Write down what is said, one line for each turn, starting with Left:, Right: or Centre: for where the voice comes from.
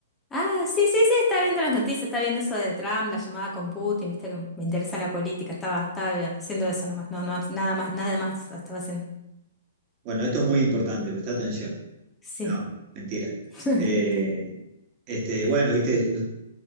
Left: Ah, sí, sí, sí, estaba viendo las noticias, estaba viendo eso de Trump, la llamada con Putin, viste que me interesa la política, estaba, estaba haciendo eso nomás, no, no, nada más, nada más estaba haciendo.
Right: Bueno, esto es muy importante, presta atención.
Left: Sí.
Right: No, mentira.
Left: <laughs>
Right: Eh, este, bueno, viste, no-